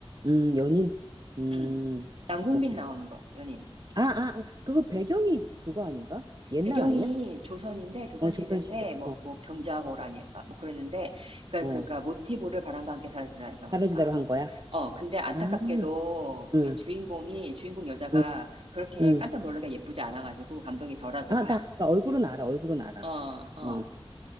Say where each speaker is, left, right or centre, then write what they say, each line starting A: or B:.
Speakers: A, on the right; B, on the right.
A: 음, 연인. 음,
B: 음. 남궁빈
A: 그렇군.
B: 나오는 거, 연인.
A: 아, 아, 아, 그거 배경이 그거 아닌가? 옛날
B: 배경이
A: 아니야?
B: 조선인데, 조선시대인데,
A: 어, 조선시대.
B: 뭐,
A: 어,
B: 뭐, 병자호란인가? 뭐 그랬는데, 그,
A: 어,
B: 그, 그, 모티브를 바람과 함께 사라지다 해서
A: 사라지다로
B: 나왔어.
A: 한 거야?
B: 어, 근데 안타깝게도
A: 아,
B: 그
A: 응,
B: 주인공이, 주인공 여자가
A: 응,
B: 그렇게
A: 응.
B: 깜짝 놀라게 예쁘지 않아가지고 감동이 덜하더라.
A: 아, 나 알아. 얼굴은 알아, 얼굴은 알아.
B: <laughs> 어, 어.
A: 어,